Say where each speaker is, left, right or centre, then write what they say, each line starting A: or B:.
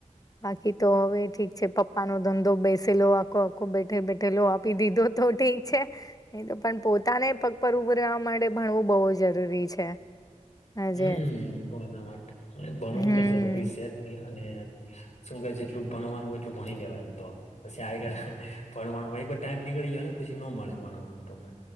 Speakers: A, on the left (about 25°); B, on the left (about 60°).
A: બાકી તો હવે ઠીક છે પપ્પાનો ધં ધો બેસેલો આખો આખો બેઠે બેઠેલો આપી દીધો તો ઠીક છે નહિ તો પણ પો તાને પગ પર ઊભું રેવા માટે ભણવું બહુ જરૂરી છે. આજે
B: હમ્મ, બધા માટે અને ભણવું
A: હમ
B: તો જરૂરી સે જ અને શું કે જેટલું ભણવાનું એટલું ભણી લેવાય એમ તો. પછી <unintelligible> ભણવાનું એક વાર ટાઈમ નીકળી ગયો ને પછી નો મળે ભણવાનું તમને.